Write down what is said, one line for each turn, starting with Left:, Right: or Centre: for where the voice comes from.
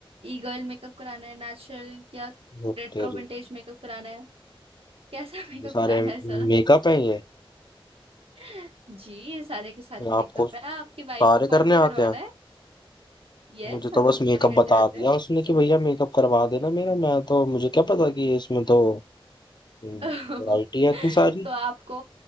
Right: ई गर्ल मेकअप कराना है नेचुरल या
Left: वो
Right: रेट्रो
Left: तेरी
Right: विंटेज मेकअप कराना है कैसा <laughs> मेकअप
Left: ये सारे
Right: कराना है सर
Left: मेकअप हैं ये
Right: जी ये सारे के सारे मेकअप
Left: आपको
Right: है आपकी
Left: सारे
Right: वाइफ को कौन
Left: करने
Right: सा करवाना
Left: आते हैं
Right: है यस
Left: मुझे तो
Right: हमारे
Left: बस मेकअप
Right: करने
Left: बता
Right: आते
Left: दिया
Right: हैं
Left: उसने कि भैया मेकअप करवा देना मेरा मैं तो मुझे क्या पता कि इसमें तो वैरायटी
Right: <laughs>
Left: है इतनी
Right: तो
Left: सारी
Right: आपको